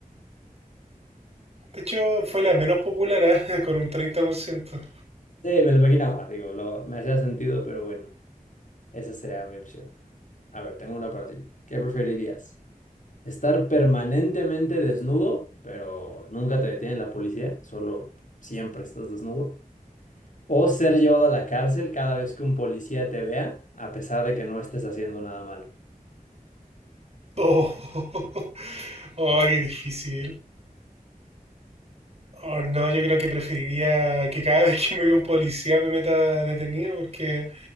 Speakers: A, on the right; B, on the left.
A: De hecho, fue la menos popular, ¿eh? <laughs> con un treinta por ciento
B: Sí, me lo imaginaba, digo, lo, me hacía sentido, pero bueno, esa sería mi opción. A ver, tengo una para ti. ¿Qué preferirías? ¿Estar permanentemente desnudo, pero nunca te detiene la policía? Solo siempre estás desnudo. ¿O ser llevado a la cárcel cada vez que un policía te vea, a pesar de que no estés haciendo nada malo?
A: Oh, <laughs> oh, qué difícil. Oh, no, yo creo que preferiría que cada vez que me vea un policía me meta detenido, porque